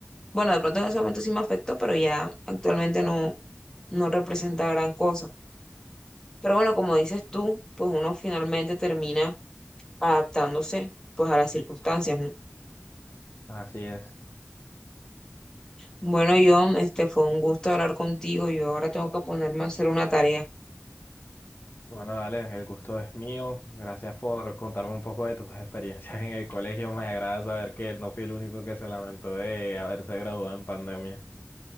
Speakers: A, on the left (about 15°); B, on the left (about 55°).
A: bueno, de pronto en ese momento sí me afectó, pero ya actualmente no, no representa gran cosa. Pero bueno, como dices tú, pues uno finalmente termina adaptándose pues a las circunstancias, ¿no?
B: Así es.
A: Bueno, John, este fue un gusto hablar contigo. Yo ahora tengo que ponerme a hacer una tarea.
B: Bueno, dale, el gusto es mío. Gracias por contarme un poco de tus <laughs> experiencias en el colegio. Me agrada saber que no fui el único que se lamentó de haberse graduado en pandemia.